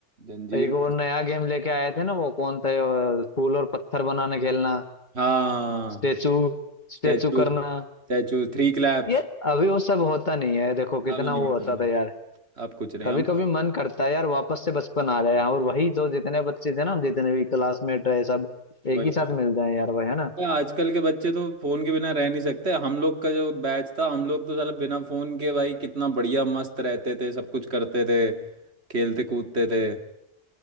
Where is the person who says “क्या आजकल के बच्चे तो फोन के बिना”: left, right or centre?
Right